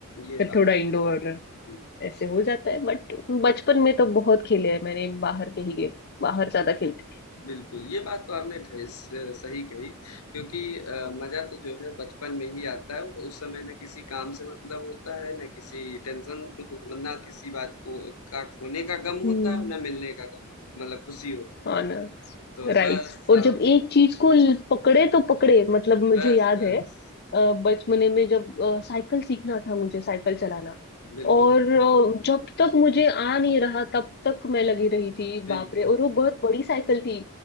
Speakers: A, on the left; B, on the left.
A: ये
B: फिर
A: बात
B: थोड़ा इंडोर
A: तो है। हुँ।
B: ऐसे हो जाता है बट बचपन में तो बहुत खेले हैं मैंने बाहर के ही गेम बाहर ज्यादा खेलती थी
A: बिल्कुल, ये बात तो आपने ढे स सही कही क्योंकि अ, मज़ा तो जो है बचपन में ही आता है, उस समय ना किसी काम से मतलब होता है, ना किसी टेंशन हो ना किसी बात को का खोने का गम
B: हम्म
A: होता है और ना मिलने का गम, मतलब खुशी होती है।
B: ऑनर्स
A: तो
B: राइट
A: बस सब
B: और जब एक चीज को ल- पकड़े तो पकड़े मतलब मुझे
A: बस,
B: याद
A: बस।
B: है अ, बचपने में जब अ, साइकिल सीखना था मुझे साइकिल चलाना
A: बिल्कुल,
B: और
A: बिल्कुल।
B: अ, जब तक मुझे आ नहीं रहा तब तक मैं लगी रही थी
A: बिल्कुल।
B: बाप रे और वो बहुत बड़ी साइकिल थी